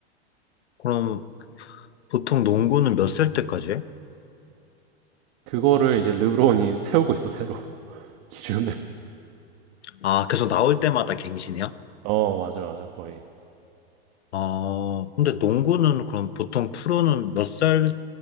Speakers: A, on the left; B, on the right.
A: 그럼 보통 농구는 몇 살 때까지 해?
B: 그거를 이제 르브론이 <laughs> 세우고 있어 새로 <laughs> 기준을
A: 아, 계속 나올 때마다 갱신이야?
B: 어 맞아 맞아 거의
A: 아, 근데 농구는 그럼 보통 프로는 몇살